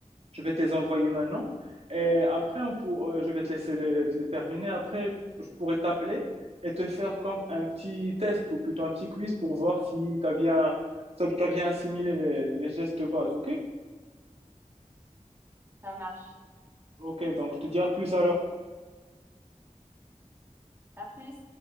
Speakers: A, on the right; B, on the right.
A: Je vais te les envoyer maintenant. Et après, on pour... euh, je vais te laisser les, te les terminer. Après, je pourrais t'appeler et te faire comme un petit test ou plutôt un petit quiz pour voir si tu as bien, si t'as bien assimilé les, les gestes de base. OK?
B: Ça marche.
A: OK, donc je te dis à plus alors.
B: À plus.